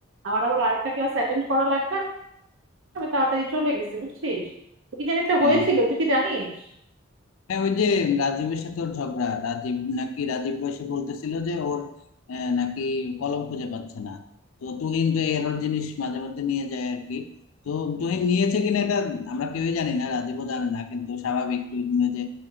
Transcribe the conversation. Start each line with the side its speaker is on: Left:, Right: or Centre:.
Right: আমার আবার আরেকটা ক্লাস অ্যাটেন্ড করা লাগবে আমি তাড়াতাড়ি চলে গেছি বুঝছিস তো কি জানি একটা
Left: হ্যাঁ
Right: হয়েছিল তুই কি জানিস
Left: হ্যাঁ ওই যে রাজীবের সাথে ওর ঝগড়া রাজীব নাকি রাজীব বয়সে বলতেছিল যে ওর আহ, নাকি কলম খুঁজে পাচ্ছে না তো তুহিন তো এরর জিনিস মাঝে মধ্যে নিয়ে যায় আর কি তো তুহিন নিয়েছে কিনা এটা আমরা কেউই জানি না রাজীবও জানে না কিন্তু স্বাভাবিক তুহিন যে